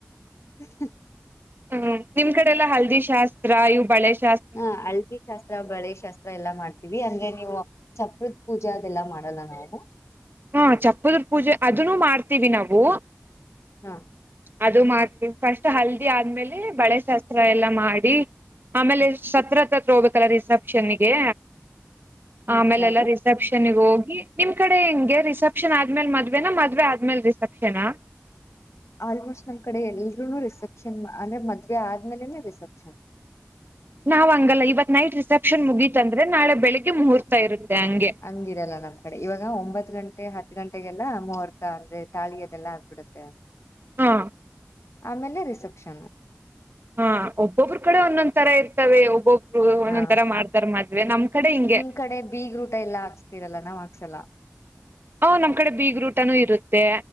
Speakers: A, on the left (about 80°); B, on the right (about 50°).
A: <unintelligible>
B: ಹ್ಮ್ ನಿಮ್ ಕಡೆ ಎಲ್ಲಾ ಹಲ್ದಿ ಶಾಸ್ತ್ರ ಇವು ಬಳೆ ಶ
A: ಹಾ <unintelligible> ಶಾಸ್ತ್ರ ಬಳೆ ಶಾಸ್ತ್ರ ಎಲ್ಲಾ ಮಾಡ್ತೀವಿ ಹಂಗೆ ನೀವು ಚಾಪ್ರದ್ ಪೂಜೆ ಅದೆಲ್ಲಾ ಮಾಡಲ್ಲ ನಾವು
B: ಹಾ ಚಪ್ಪದ ಪೂಜೆ ಅದನ್ನು ಮಾಡ್ತೀವಿ ನಾವು
A: ಹ
B: ಅದು ಮಾಡ್ತೀವಿ ಫಸ್ಟ್ ಹಲ್ದಿ ಆದ್ಮೇಲೆ ಬಳೆ ಶಸ್ತ್ರ ಎಲ್ಲ ಮಾಡಿ ಆಮೇಲೆ
A: ಹ್ಮ್
B: ಶತ್ರ ಹತ್ರ ಅತ್ರ ಹೋಗ್ಬೇಕಲ್ಲ ರಿಸೆಪ್ಷನ್ಗೆ ಗೆ
A: ಹ
B: ಆಮೇಲೆಲ್ಲ
A: ಯಾವ್ದು
B: ರಿಸೆಪ್ಷನ್ ಹೋಗಿ ನಿಮ್ ಕಡೆ ಹೆಂಗೆ ರಿಸೆಪ್ಷನ್ ಆದ್ಮೇಲೆ ಮದ್ವೆನಾ ಮದ್ವೆ ಆದ್ಮೇಲೆ ರಿಸೆಪ್ಷನಾ
A: ಆಲ್ಮೋಸ್ಟ್ ನಮ್ ಕಡೆ ಎಲ್ರುೂ ರಿಸೆಪ್ಷನ್ ಅಂದ್ರೆ ಮದ್ವೆ ಆದ್ಮೇಲೆನೆ ರಿಸೆಪ್ಷನ್
B: ನಾವ್ ಹಂಗಲ್ಲ ಇವತ್ ನೈಟ್ ರಿಸೆಪ್ಷನ್ ಮುಗೀತಂದ್ರೆ ನಾಳೆ ಬೆಳಿಗ್ಗೆ ಮುಹೂರ್ತ ಇರುತ್ತೆ ಹಂಗೆ
A: ಹಂಗಿರಲ್ಲ ನಮ್ ಕಡೆ ಇವಾಗ ಒಂಬತ್ ಗಂಟೆ ಗೆ ಹತ್ ಗಂಟೆಗೆಲ್ಲಾ ಮೂಹುರ್ತ ಅಂದ್ರೆ ತಾಳಿ ಅದೆಲ್ಲಾ ಆಗ್ಬಿಡುತ್ತೆ
B: ಹಾ
A: ಆಮೇಲೆ ರಿಸೆಪ್ಷನ್
B: ಹಾ ಒಬ್ಬೊಬ್ರ ಕಡೆ ಒಂದೊಂದ್ ತರ ಇರ್ತವೆ ಒಬ್ಬೊಬ್ <unintelligible> ಒಂದೊಂದ್
A: ಹಾ
B: ಮಾಡ್ತಾರೆ ಮದ್ವೆ ನಮ್ ಕಡೆ ಹಿಂಗೆ
A: ನಿಮ್ ಕಡೆ ಬೀಗ್ರೂಟ ಎಲ್ಲಾ ಹಾಕ್ಸ್ತಿರಲ್ಲ ನಾವ್ ಹಾಕ್ಸಲ್ಲ
B: ಹ ನಮ್ ಕಡೆ ಬೀಗ್ರೂಟ ನು ಇರುತ್ತೆ